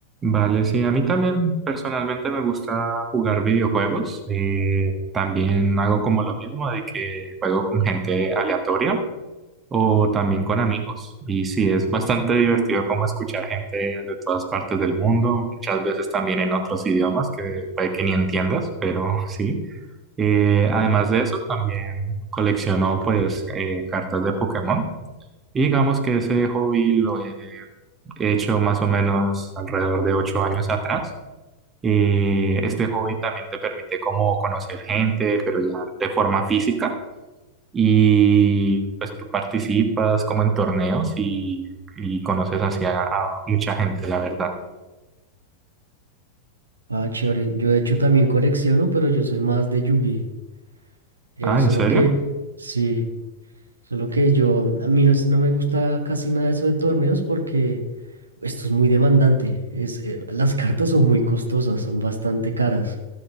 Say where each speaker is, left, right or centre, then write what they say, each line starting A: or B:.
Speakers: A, on the right (about 20°); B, on the right (about 75°).
A: Vale, sí, a mí también personalmente me gusta jugar videojuegos. Eh, también hago como lo mismo de que juego con gente aleatoria. o también con amigos. Y sí, es bastante divertido como escuchar gente de todas partes del mundo, muchas veces también en otros idiomas que puede que ni entiendas, pero <laughs> sí. Eh, además de eso, también colecciono pues eh, cartas de Pokémon. Y digamos que ese hobby lo he hecho más o menos alrededor de ocho años atrás. Eh, este hobby también te permite como conocer gente, pero ya de forma física y pues tú participas como en torneos y, y conoces hacia a mucha gente, la verdad.
B: Ah, chévere. Yo de hecho también colecciono, pero yo soy más de Yugi. Eh,
A: Ah,
B: solo
A: ¿en serio?
B: que, sí, solo que yo, a mí no, es- no me gusta casi nada eso de torneos porque esto es muy demandante. Es, eh, las <laughs> cartas son muy costosas, son bastante caras.